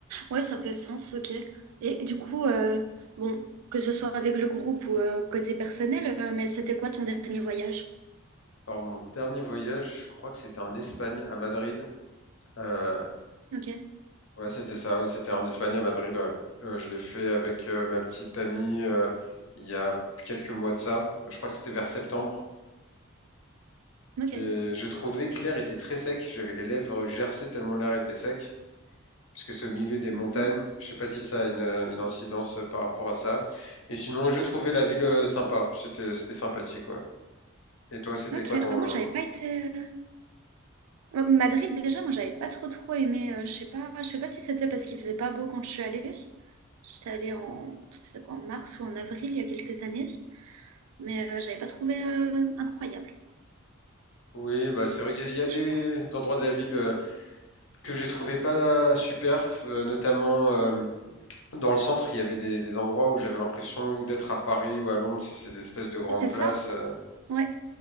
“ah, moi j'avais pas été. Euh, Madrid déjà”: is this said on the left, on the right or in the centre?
Right